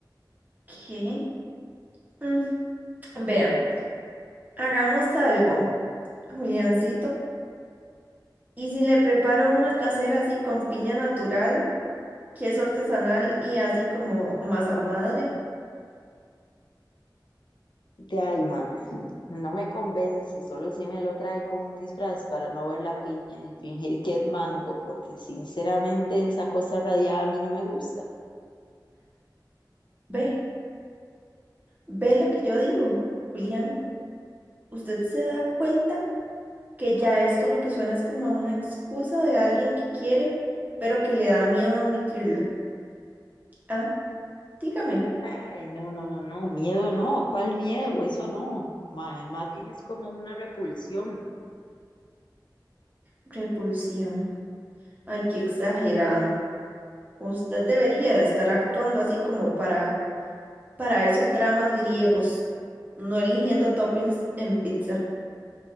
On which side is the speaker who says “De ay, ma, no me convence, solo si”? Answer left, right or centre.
Left